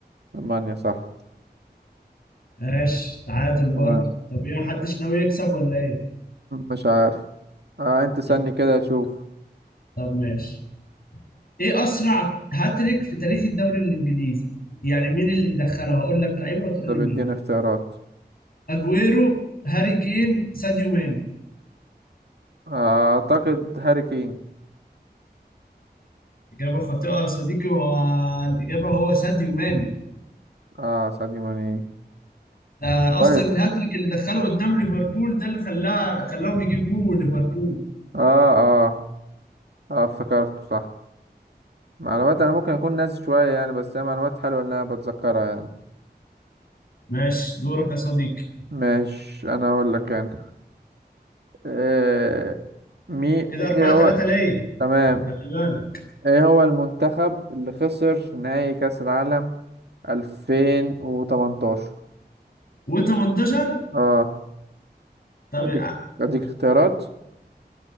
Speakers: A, on the right; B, on the left.
A: ألمانيا صح
B: ماشي تعادل برضه
A: تمام
B: طب إيه محدش ناوي يكسب ولا إيه؟
A: مش عارف آه أنت سألني
B: طب
A: كده تشوف
B: طب ماشي إيه أسرع هاتريك في تاريخ الدوري الإنجليزي؟ يعني مين اللي دخله هقول لك لعيبه وتقول
A: طب
B: لي مين
A: اديني اختيارات
B: اجويرو هاري كين ساديو ماني
A: اعتقد هاري كين
B: اجابه خاطئه يا صديقي والاجابه هو ساديو ماني
A: اه ساديو ماني
B: ده
A: كويس
B: اصلا الهاتريك اللي دخله قدام ليفربول ده اللي خلاها خلاهم يجيبوا ليفربول
A: اه اه اه افتكرته صح معلومات انا ممكن اكون ناسي شوية يعني بس هي معلومات حلوة ان انا بتذكرها يعني
B: ماشي دورك يا صديقي
A: ماشي انا اقول لك انا آه مي ايه
B: كده 4
A: هو
B: 3 ليا
A: تمام
B: خلي بالك
A: ايه هو المنتخب اللي خسر نهائي كأس العالم 2018
B: و18
A: اه
B: طب
A: اديك
B: آه...
A: اديك اختيارات